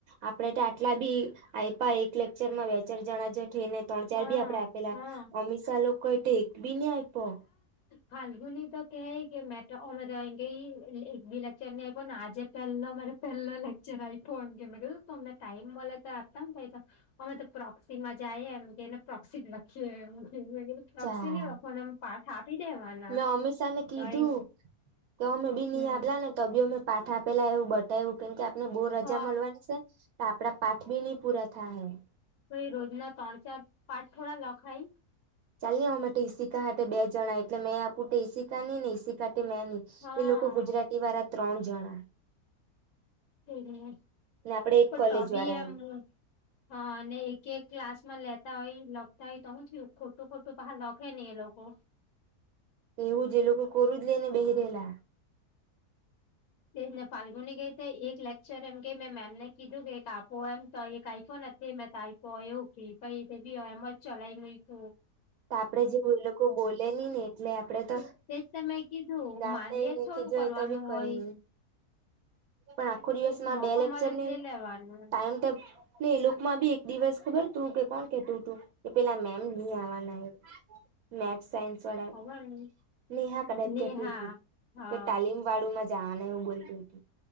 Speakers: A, on the right; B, on the left.
A: આપડે તો આટલા બી આયપા એક લેક્ચર માં બે-ચાર જણા જ થઈ ને. ત્રણ-ચાર
B: હા
A: બી આપડે આપેલા.
B: હા
A: અમીષા લોકોએ તો એક બી ની આયપો.
B: ફાલ્ગુનીતો કેય કે, મે તો, અમે તો, એમ કેય એક ભી લેક્ચર ની આયપો ને, આજે પે પેલો લેકચર આયપો એમ કે. મે કીધું તમને ટાઈમ મલે તો આપતા હું થાય તો. અમે તો પ્રોક્ષીમાં જાય એમ. એને પ્રોક્ષી જ લખ્યું એમ. મેં કીધું પ્રોક્ષી
A: ચાલ
B: ની લખવાનું એમ. પાઠ આપી દેવાના.
A: મેં અમીષા ને કીધું.
B: તો એ
A: તો અમે બી ની
B: હમ
A: આપલા ને, તો બી અમને પાઠ આપેલા એવું બ એવું કેમ કે, આપને બો રજા
B: હ
A: મલવાની છે. તો આપડા પાઠ બી ની પૂરા થાય હે.
B: તો એ રોજના ત્રણ-ચાર પાઠ થોડા લખાય.
A: ચાલની અમે ટ ઈસિકા લોકો બે જણા. એટલે મેં આપું ટે ઈસિકા ની, ને ઈસિકા ટે મે ની.
B: હા
A: એ લોકો ગુજરાતી વાળા ત્રણ જણા.
B: પણ
A: ને આપડે એક કોલેજ
B: તો બી
A: વાળા
B: એમ... હા અને એક-એક ક્લાસ માં લેતા હોય, લખતા હોય, તો હું થયુ. તો ખોટું પાહા લખે ની. એ લોકો.
A: એવું જ. એ લોકો કોરું જ લેય ને બેહી રેલા.
B: તે જ ને. ફાલ્ગુની ગેય ત એક લેક્ચર એમ કે, મેં મેમને કીધું કે, આપો એમ. તો એક આયપોને. તે મે કાયપો એવુ કેય. પહિ તે ભી એમ જ ચલાવી મુયકુ.
A: ત આપડે જેવુ એ લોકો બોલે ની ને, એટલે આપડે ત,
B: તેજ તો મેં કીધું
A: ગાળ
B: માંગ્યા
A: દેઈ ને
B: જ થોડું
A: ખી જય
B: કરવાનું
A: ત બી કઈ
B: હોય
A: ની. પણ આખો દિવસમાં
B: એ મોકો
A: બે લેક્ચર
B: મલે તો
A: નેવું.
B: લઈ લેવાનું
A: ટાઈમ ટેબલ. ને એ લોકમાં બી, એક દિવસ ખબર! તું કે કોણ કેતું હતું. કે પેલા મેમ ની આવાના. મે સાયન્સ વાળા.
B: ખબર નઈ
A: ની હાતા, બે જ
B: નેહા
A: કેટી ઉટી.
B: હા
A: કે તાલીમ વાળું માં જા ને એવું બોલટી હતી.